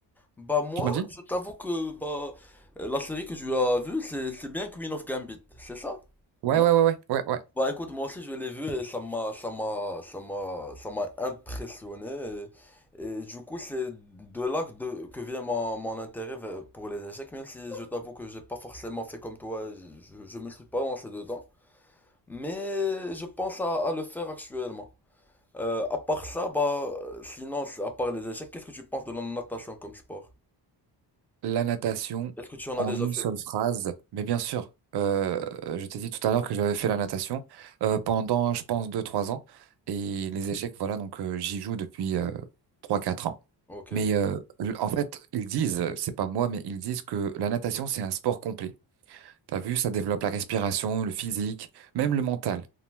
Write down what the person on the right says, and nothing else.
tu m'as dit?
Ouais,
ouais, ouais, ouais, ouais, ouais.
La natation
en
une
seule phrase, mais bien sûr, euh, je t'ai dit tout à l'heure que j'avais fait la natation euh, pendant, je pense, deux, trois ans. Et les échecs, voilà, donc euh, j'y joue depuis euh, trois, quatre ans.
Mais euh, l- en fait, ils disent, c'est pas moi, mais ils disent que la natation, c'est un sport complet. T'as vu, ça développe la respiration, le physique, même le mental.